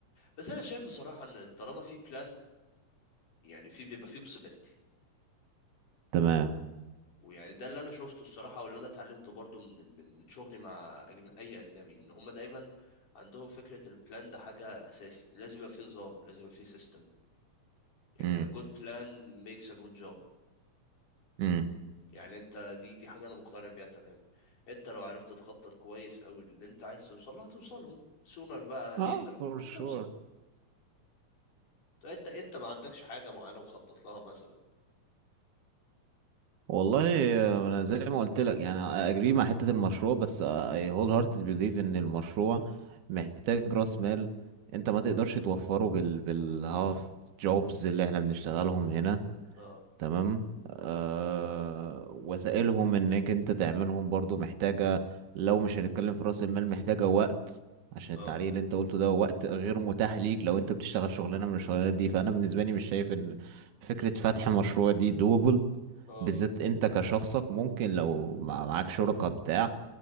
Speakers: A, on the left; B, on the right.
A: بس أنا شايف بصراحة إن طالما في بلان يعني في بيبقى في possibility
B: تمام
A: ويعني ده اللي أنا شفته الصراحة واللي أنا اتعلمته برضو من من من شغلي مع أجن... أي أجنبي إن هما دايما عندهم فكرة البلان ده حاجة أساسي لازم يبقى في نظام لازم يبقى في سيستم يعني
B: امم
A: a good plan makes a good job
B: امم
A: يعني انت دي دي حاجه انا مقتنع بيها تمام انت لو عرفت تخطط كويس قوي اللي انت عايز توصل له هتوصل له سونر بقى ليتر
B: اه فور
A: ما هتوصل
B: شور
A: طب انت انت ما عندكش حاجه معينه مخطط لها مثلا
B: والله آه، انا زي ما قلت لك يعني اجري مع حتة المشروع بس اي هول هارتد بليف ان المشروع محتاج راس مال انت ما تقدرش توفره بال بالهاف جوبز اللي احنا بنشتغلهم هنا
A: اه
B: تمام آه وسائلهم انك انت تعملهم برضو محتاجة لو مش هنتكلم في رأس المال محتاجة وقت عشان
A: اه
B: التعليق اللي انت قلته ده وقت غير متاح ليك لو انت بتشتغل شغلانة من الشغلانات دي فانا بالنسبة لي مش شايف ان فكرة فتح مشروع دي دوبل
A: اه
B: بالذات انت كشخصك ممكن لو مع- معاك شركة بتاع